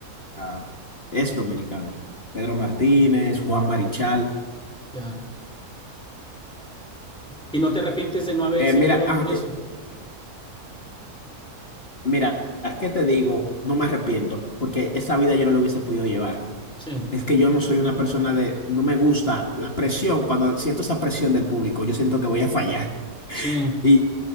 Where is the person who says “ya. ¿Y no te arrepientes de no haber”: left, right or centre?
Centre